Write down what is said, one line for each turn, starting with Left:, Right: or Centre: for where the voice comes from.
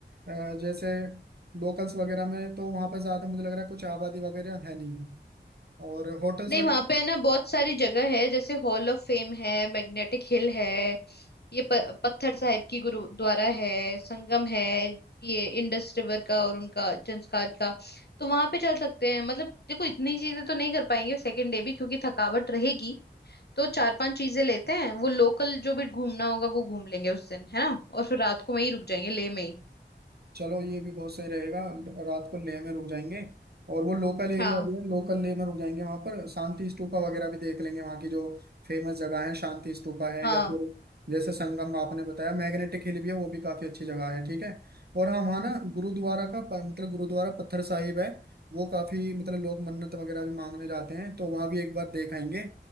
Right: अ, जैसे लोकल्स वगैरह में तो वहाँ पर ज़्यादा मुझे लग रहा है कुछ आबादी वगैरह है नहीं और होटल्स
Left: नहीं
Right: वगैरह
Left: वहां पे है ना बहुत सारी जगह है जैसे हॉल ऑफ फेम है मैग्नेटिक हिल है ये प, पत्थर साहिब की गुरुद्वारा है संगम है ये इंडस रिवर का और उनका संस्कार का तो वहां पे चल सकते हैं मतलब देखो इतनी चीजें तो नहीं कर पाएंगे सेकंड डे भी क्योंकि थकावट रहेगी तो चार पांच चीजें लेते हैं वो लोकल जो भी घूमना होगा वो घूम लेंगे उस दिन है ना और फिर रात को वहीं रुक जाएंगे ले में ही
Right: चलो ये भी बहुत सही रहेगा रात को लेह में रुक जाएंगे और वो लोकल एरिया
Left: हाँ
Right: भी है लोकल लेह में रुक जाएंगे वहां पर शांति स्तूपा वगैरह भी देख लेंगे वहां की जो फेमस जगह है शांति स्तूपा है
Left: हाँ
Right: या फिर जैसे संगम आपने बताया मैग्नेटिक हिल भी है वो भी काफी अच्छी जगह है ठीक है और हाँ वहाँ ना गुरुद्वारा का प- मतलब गुरुद्वारा पत्थर साहिब है वो काफी मतलब लोग मन्नत वगैरह भी मांगने जाते हैं तो वहां भी एक बार देख आएंगे